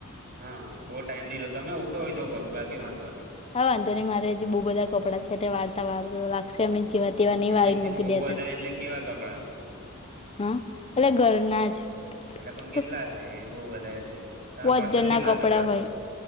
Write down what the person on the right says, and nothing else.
હા બહુ ટાઈમ નઈ લો તમે ઓકે હોય તો કરો બાકી વાંધો નઈ.
એટલે
બહુ
બધા એટલે કેવા કપડાં ને.
એટલે પણ કેટલા
છે એવું બધા એટલે તમે
પર્સન
કેટલા
છો ઘરમાં